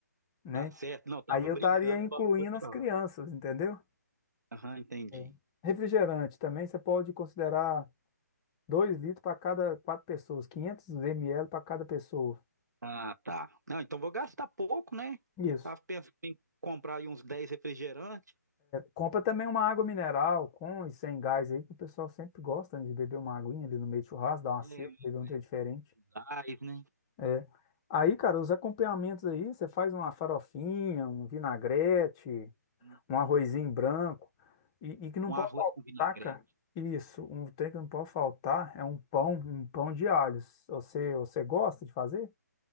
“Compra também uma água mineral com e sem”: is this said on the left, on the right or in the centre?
Left